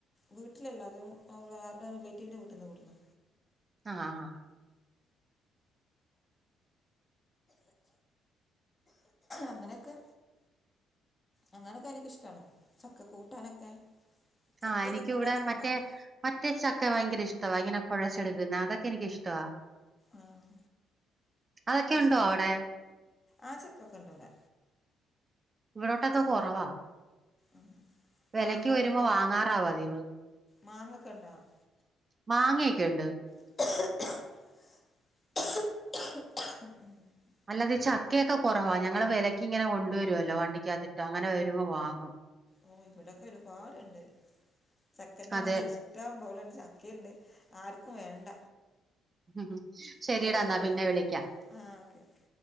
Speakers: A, on the left (about 30°); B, on the right (about 30°).
A: വീട്ടിലല്ല അത് അവിടെ ആരുടെ റിലേറ്റീവിൻ്റെ വീട്ടിൽ നിന്ന് കൊണ്ട്ന്ന
B: ആഹ് ആ
A: അങ്ങനെയൊക്കെ അങ്ങനൊക്കെ എനിക്കിഷ്ടാണ് ചക്ക കൂട്ടാനൊക്കെ ചക്കയിട്ട്
B: ആഹ് എനിക്കിവിടെ
A: കൂട്ടാനൊക്കെ
B: മറ്റേ
A: ഉണ്ടാക്കും
B: മറ്റേ ചക്ക ഭയങ്കര ഇഷ്ടവാ ഇങ്ങനെ കുഴച്ചെടുക്കുന്ന അതൊക്കെ എനിക്കിഷ്ടവാ
A: ആഹ്
B: അതൊക്കെ
A: അഷ്ടം
B: ഉണ്ടോ അവിടെ
A: ആ ചക്കൊക്കെ ഉണ്ട് ഇവിടെ
B: ഇവിടോട്ടൊക്കെ
A: ചക്ക
B: കുറവാ
A: ഉം.
B: വെലക്ക്
A: മാങ്ങ
B: വരുമ്പോ
A: അതൊക്കെ
B: വാങ്ങാറാ പതിവ്
A: മാങ്ങ ഒക്കെ ഉണ്ടാവും
B: മാങ്ങ ഒക്കെയുണ്ട്
A: ഉ <inaudible> <unintelligible>
B: അല്ലാതെ ചക്കയൊക്കെ കുറവാ ഞങ്ങള് വിലയ്ക്ക് ഇങ്ങനെ കൊണ്ടുവരുമല്ലോ വണ്ടിക്കാകത്തിട്ട് അങ്ങനെ വരുമ്പോ വാങ്ങും
A: ഓ ഇവിടൊക്കെ ഒരുപാടുണ്ട് ചക്കന്റെ
B: അതെ
A: മരഷ് ഷ്ടം പോലെഒരു ചക്കയുണ്ട് ആർക്കും വേണ്ട
B: ഉ ശെരിടാന്നാ
A: കേട് വന്നു പോവാ
B: പിന്നെ വിളിക്ക
A: ആ ഓക്കെ ഓക്കെ